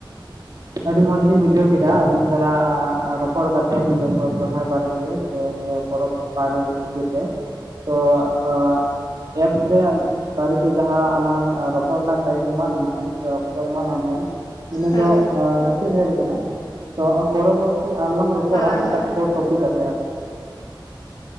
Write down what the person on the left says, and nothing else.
ᱦᱳᱭ
ᱦᱳᱭ
ᱦᱳᱭ